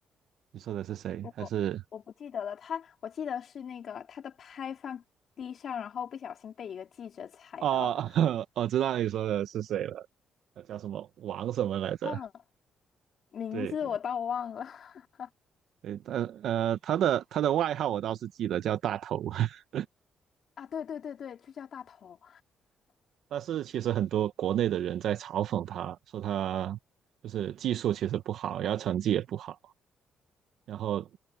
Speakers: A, on the right; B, on the left.
A: 你说的是谁？
B: 我我不记得了，
A: 还是
B: 他我记得是那个他的拍放地上，然后不小心被一个记者踩到，
A: 哦，<laughs> 我知道你说的是谁了，他叫什么王什么来着？
B: 忘了名字我倒忘了
A: 对，
B: <laughs>
A: 对，呃呃，他的他的外号我倒是记得叫大头，<laughs>
B: 啊，对对对对，就叫大头
A: 但是其实很多国内的人在嘲讽他，说他就是技术其实不好，然后成绩也不好，然后